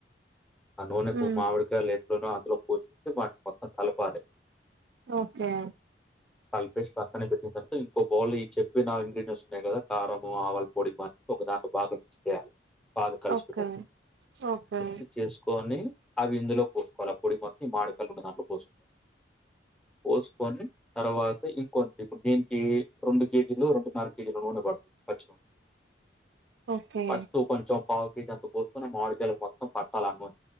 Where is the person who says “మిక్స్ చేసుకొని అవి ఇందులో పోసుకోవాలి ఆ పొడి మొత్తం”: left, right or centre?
Centre